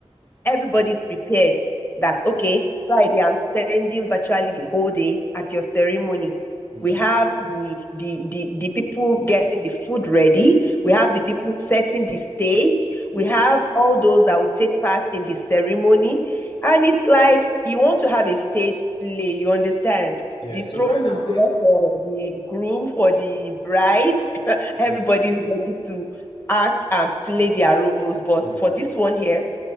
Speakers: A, on the left; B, on the left.
A: everybody's
B: Mm.
A: prepared that,
B: Yes.
A: okay, Friday, I'm spending virtually the whole day at your ceremony.
B: Mm.
A: We have the, the the the people getting the food ready. We
B: Mm.
A: have the people setting the stage. We
B: Yeah.
A: have all those that will take part in the ceremony. And it's like you want to have a stage play, you understand?
B: Yeah.
A: The
B: So
A: throne
B: right now,
A: is
B: if
A: there for the groom, for the bride. Everybody's
B: yes.
A: ready to act and play their roles. But
B: hmm
A: for this one here,